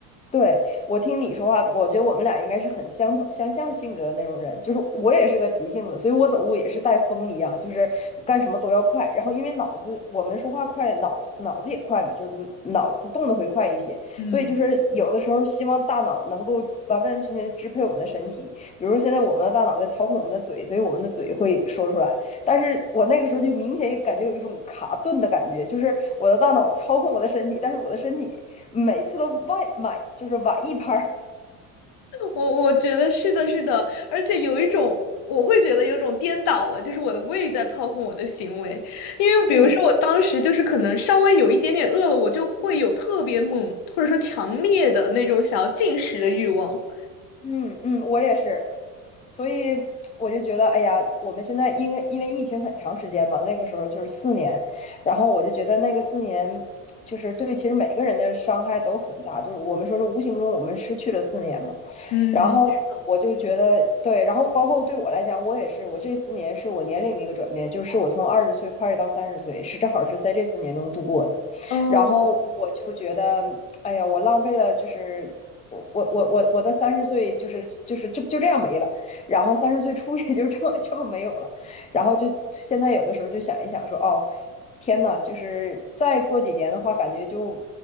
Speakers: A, on the left (about 15°); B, on the left (about 60°).
A: 对，我听你说话，我觉得我们俩应该是很相同、相像性格的那种人。就是我也是个急性子，所以我走路也是带风一样，就是我干什么都要快。然后因为脑子，我们说话快，脑脑子也快嘛，就是脑子动得会快一些。
B: 嗯。
A: 所以就是有的时候希望大脑能够完完全全地支配我们的身体。比如说现在我们的大脑在操控我们的嘴，所以我们的嘴会说出来。但是我那个时候就明显感觉有一种卡顿的感觉，就是我的大脑操控我的身体，但是我的身体每次都外晚就是晚一拍
B: 我我觉得是的，是的，而且有一种，我会觉得有种颠倒了，就是我的胃在操控我的行为，因为比如说我当时就是可能稍微有一点点饿了，
A: <laughs> 嗯
B: 我就会有特别猛或者说强烈的那种想要进食的欲望。
A: 嗯嗯，我也是，所以我就觉得，哎呀，我们现在因为因为疫情很长时间嘛，那个时候就是四年，然后我就觉得那个四年就是对其实每个人的伤害都很大，就是我们说是无形中我们失去了四年嘛，
B: 嗯，
A: 然后我就觉得对，
B: 是的
A: 然后包括对我来讲，我也是，我这四年是我年龄的一个转变，就是我从二十岁跨越到三十岁，是正好是在这四年中度过的。
B: 嗯，
A: 然后我就觉得，哎呀，我浪费了，就是我我我我我的三十岁，就是就是这就这样没了，然后三十岁初也就这么这么没有了，然后就现在有的时候就想一想说，哦，天呐，就是再过几年的话，感觉就。